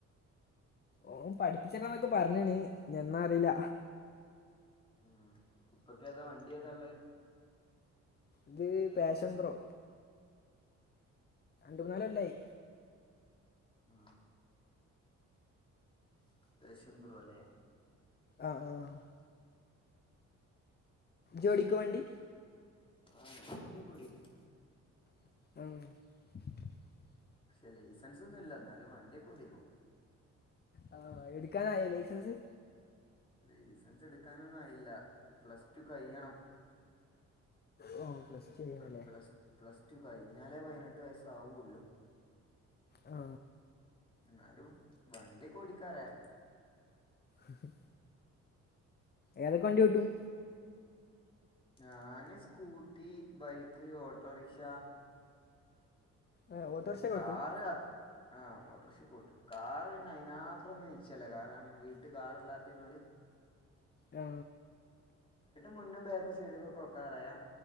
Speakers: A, on the left; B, on the left.
A: ഓ പഠിപ്പിച്ചരാന്നൊക്കെ പറഞ്ഞണ് എന്നറിയില്ല
B: ആ ഇപ്പൊക്ക ഏതാ വണ്ടി ഏതാല്ലേ
A: ഇത് പാഷൻ ത്രോ മുന്നാല കൊല്ലയി
B: ആ <unintelligible> സിമ്പറോല
A: ആഹ് ആഹ് ജോഡിക്കു വണ്ടി
B: ആ ഞാൻ വണ്ടി ഒക്കെ ഓടിക്കും
A: <unintelligible>
B: <unintelligible> സെൻസ് ഒന്നും ഇല്ല എന്നാലും വണ്ടിയൊക്കെ ഓടിക്കും..
A: ആ എടുക്കാനായോ ലൈസൻസ്?
B: ലൈസൻസ് എടുക്കാനൊന്നും ആയില്ല പ്ലസ് ടു കഴിയണം.
A: ഓ പ്ലസ് ടു കഴിയാണല്ലേ
B: പ്ല പ്ലസ് പ്ലസ് റ്റു കഴിഞ്ഞാലേ പതിനെട്ട് വയസ്സ് ആവൂള്ളൂ.
A: ആ
B: എന്നാലും വണ്ടിയൊക്കെ ഓടിക്കാനറിയാം
A: ഉ ഏതൊക്കെ വണ്ടി ഓട്ടും?
B: ഞാന് സ്കൂട്ടി, ബൈക്ക്, ഓട്ടോറിക്ഷ
A: ആഹ്
B: പിന്നെ
A: ഓട്ടോറിക്ഷ ഒക്കെ
B: കാറ്
A: ഓട്ടും
B: അ ആ ഓട്ടോറിക്ഷയൊക്കെ ഓട്ടും കാറ് പിന്നെ അതിന് മാത്രം ഒന്നും യൂസ് ചെയ്യില്ല കാരണം വീട്ടിൽ കാറില്ലാത്തനോട്
A: ആ
B: മുന്നും ബാക്കും സൈഡുമൊക്കെ നോക്കാനറിയാം